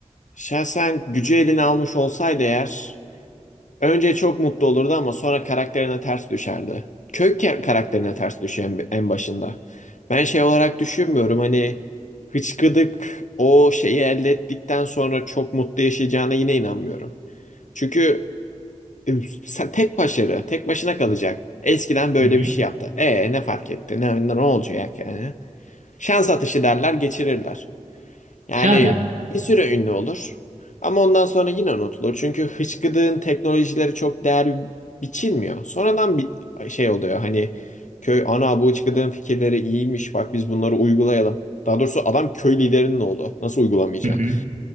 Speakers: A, on the left; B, on the right.
A: Şahsen gücü eline almış olsaydı eğer Önce çok mutlu olurdu ama sonra karakterine ters düşerdi. Kök ke- karakterine ters düşüyor en, en başında. Ben şey olarak düşünmüyorum hani hıçkıdık o şeyi elde ettikten sonra çok mutlu yaşayacağına yine inanmıyorum. Çünkü e, sen tek başarı, tek başına kalacak. Eskiden böyle
B: Hı hı.
A: bir şey yaptı. E ne fark etti? Ne, ne olacak yani? Şans atışı derler, geçirirler. Yani
B: Yani.
A: bir süre ünlü olur. Ama ondan sonra yine unutulur. Çünkü hıçkıdığın teknolojileri çok değer biçilmiyor. Sonradan bir şey oluyor hani köy ana bu hıçkıdığın fikirleri iyiymiş bak biz bunları uygulayalım. Daha doğrusu adam köy liderinin oğlu. Nasıl uygulamayacaksın?
B: Hı hı.